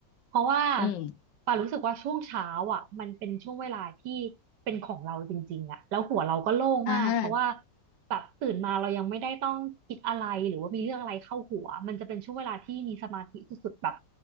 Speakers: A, on the right; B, on the left.
A: เพราะว่า
B: อืม
A: ป่นรู้สึกว่าช่วงเช้าอ่ะมันเป็นช่วงเวลาที่เป็นของเราจริงๆอ่ะแล้วหัวเราก็โล่งมากเพราะว่า
B: อ่า
A: แบบตื่นมาเรายังไม่ได้ต้องคิดอะไรหรือว่ามีเรื่องอะไรเข้าหัวมันจะเป็นช่วงเวลาที่มีสมาธิสุดๆแบบ